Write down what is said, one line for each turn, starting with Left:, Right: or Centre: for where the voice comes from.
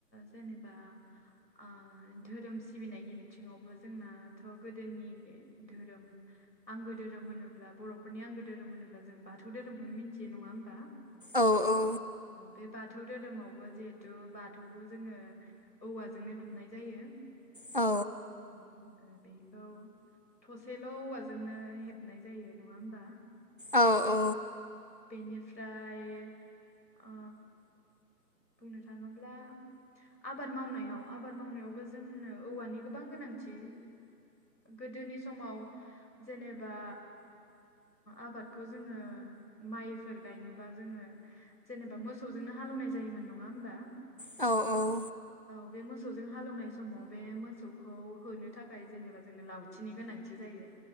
Left: जेनेबा ओ धोरोम सिबिनायनि बिथिङावबो जोंनाथ' गोदोनि धोरोम आंगो धोरोम होनोब्ला बर'फोरनि आंगो धोरोम होनोब्ला जों बाथौ धोरोमखौनो मिथियो नङा होमबा
Right: औ औ।
Left: औ बे बाथौ धोरोमावबो जे हिथु बाथौखौ जोङो औवाजोंनो दुमनाय जायो।
Right: औ
Left: ओ ओ बेखौ थसेल' औवाजोंनो हेबनाय जायो नङा होमबा
Right: औ औ
Left: बेनिफ्राय ओ बुंनो थाङोब्ला आबाद मावनायाव आबाद मावनायावबो जोंनो औवानि गोबां गोनांथि गोदोनि समाव जेनेबा आबादखौ जोङो माइफोर गायनोबा जोङो जेनेबा मोसौजोंनो हालेवनाय जायोमोन नङा होमबा
Right: औ औ
Left: औ बे मोसौजों हालौनाय समाव बे मोसौखौ होनो थाखाय जेनेबा जोंनो लावथिनि गोनांथि जायो।